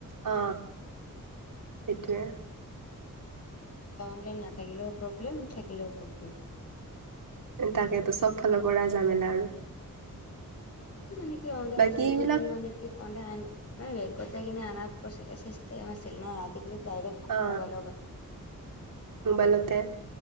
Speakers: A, on the right; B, on the left.
A: অ সেইটোৱে।
B: এ অনলাইন না থাকিলেও প্ৰব্লেম থাকিলেও প্ৰব্লেম।
A: তাকেতো চব ফালৰ পৰাই জামেলা আৰু।
B: মানে কি অনলাইন
A: বাকী
B: আছিল
A: এইবিলাক
B: যিদি মানে কি। <inaudible> বেংকট যাগিনে আ প্ৰশাসিষ্টে ম চছিলিল ন আজ দাৰেক
A: অ
B: মবাইল।
A: মোবাইলতে